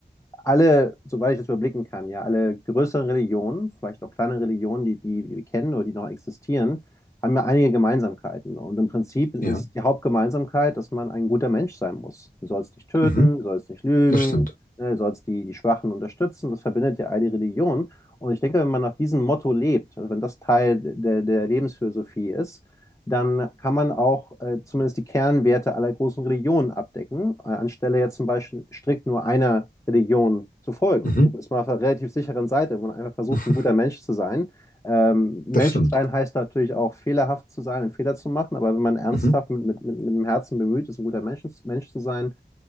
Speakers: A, on the left; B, on the left.
A: alle, soweit ich das überblicken kann, ja, alle größeren Religionen, vielleicht auch kleine Religionen, die, die, die wir kennen oder die noch existieren, haben ja einige Gemeinsamkeiten. Und im Prinzip ist
B: Ja.
A: die Hauptgemeinsamkeit, dass man ein guter Mensch sein muss. Du sollst nicht töten,
B: Mhm.
A: du sollst nicht lügen,
B: Das stimmt.
A: ne, du sollst die, die Schwachen unterstützen. Das verbindet ja all die Religionen. Und ich denke, wenn man nach diesem Motto lebt, also wenn das Teil der, der Lebensphilosophie ist, dann kann man auch äh, zumindest die Kernwerte aller großen Religionen abdecken, äh, anstelle jetzt zum Beispiel strikt nur einer Religion zu folgen.
B: Mhm.
A: So ist man auf einer relativ sicheren Seite, wenn man einfach versucht,
B: <laughs>
A: ein guter Mensch zu sein. Ähm, Mensch
B: Das stimmt.
A: zu sein heißt natürlich auch, fehlerhaft zu sein und Fehler zu machen, aber wenn man ernsthaft
B: Mhm.
A: mit, mit, mit, mit dem Herzen bemüht ist, ein guter Mensch, Mensch zu sein,